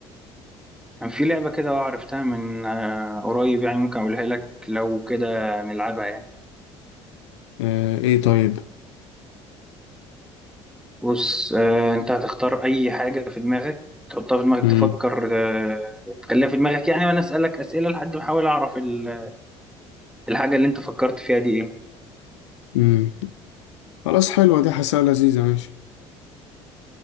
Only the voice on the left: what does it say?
آه إيه طيب؟
مم.
مم. خلاص حلوة دي حاسها لذيذة ماشي